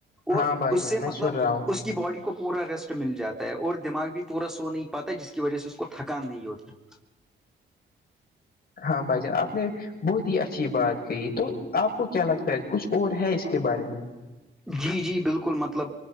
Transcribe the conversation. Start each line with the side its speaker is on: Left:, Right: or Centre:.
Centre: وہ
Left: ہاں بھائی
Centre: اس
Left: جان
Centre: سے
Left: میں
Centre: مطلب
Left: سن رہا ہوں
Centre: اس کے کہ باڈی کو پورا ریسٹ مل جاتا ہے اور دماغ بھی پورا سو نہیں پاتا ہے جس کی وجہ سے اس کو تھکان نہیں ہوتا ہے
Left: ہاں بھائی جان آپ نے بہت ہی اچھی بات گئی تو آپ کو کیا لگتا ہے کچھ اور ہے اس کے بارے میں
Centre: جی جی بالکل مطلب